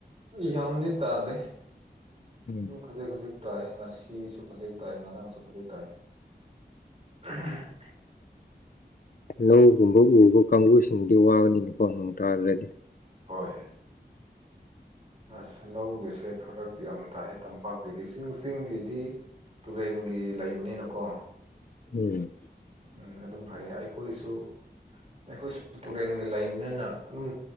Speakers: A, on the right; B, on the left.
A: ꯌꯥꯝꯗꯤ ꯇꯥꯗꯦ
B: ꯎꯝ
A: ꯑꯗꯨꯝ ꯈꯖꯤꯛ ꯈꯖꯤꯛ ꯇꯥꯏ ꯉꯁꯤꯁꯨ ꯈꯖꯤꯛ ꯇꯥꯏ ꯉꯔꯥꯡꯁꯨ ꯈꯖꯤꯛ ꯇꯥꯏ <unintelligible>
B: ꯂꯧꯒꯨꯝꯕ ꯎꯕ ꯀꯥꯡꯕꯨꯁꯤꯡꯗꯤ ꯋꯥꯒꯅꯤꯅꯀꯣ ꯅꯣꯡ ꯇꯥꯗꯔꯗꯤ
A: ꯍꯣꯏ ꯑꯁ ꯂꯧꯒꯤꯁꯦ ꯐꯔꯛ ꯌꯥꯝ ꯇꯥꯏꯌꯦ ꯇꯝꯄꯥꯛꯀꯤꯗꯤ ꯆꯤꯡ ꯆꯤꯡꯒꯤꯗꯤ ꯇꯨꯔꯦꯟꯒꯤ ꯂꯩꯕꯅꯤꯅꯀꯣ
B: ꯎꯝ
A: ꯎꯝ ꯑꯗꯨꯝ ꯐꯩꯌꯦ ꯑꯩꯈꯣꯏꯁꯨ ꯑꯩꯈꯣꯏꯁꯨ ꯇꯨꯔꯦꯟꯒꯤ ꯂꯩꯕꯅꯤꯅ ꯑꯗꯨꯝ